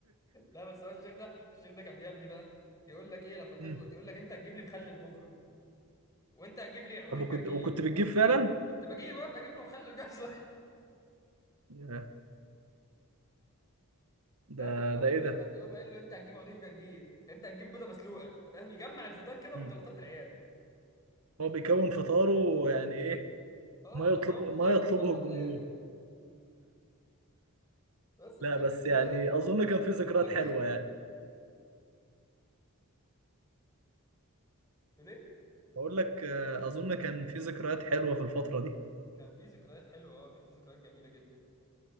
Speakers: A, on the left; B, on the right.
A: لا بس هو الشيخ ده الشيخ ده كان بيعمل ايه بقى يقول لك ايه لما تغلط
B: مم.
A: يقول لك انت هتجيب لي مخلل بكره وانت هتجيب لي عودين
B: طب وكنت
A: جرجير
B: وكنت بتجيب فعلا
A: كنت بجيب بقى بجيب له مخلل جزر <laughs>
B: ياه، ده
A: فاهم لما حد
B: ده ايه
A: يغلط
B: ده
A: يقوم قايل له انت هتجيب عودين جرجير انت هتجيب بيضه مسلوقه فاهم يجمع الفطار كده
B: مم.
A: من غلطات العيال
B: هو بيكون فطاره يعني ايه
A: اه
B: ما
A: بيكون
B: يطلبه
A: فطاره
B: ما يطلبه
A: من غلطات
B: الجمهور
A: العيال بس فكانت
B: لا بس
A: ده
B: يعني
A: يعني كانت
B: اظن كان في ذكريات
A: مرحله غريبه
B: حلوه يعني
A: تقول ايه
B: بقول لك آه، اظن كان في ذكريات حلوه في الفتره دي
A: كان في ذكريات حلوه اه كان في ذكريات جميله جدا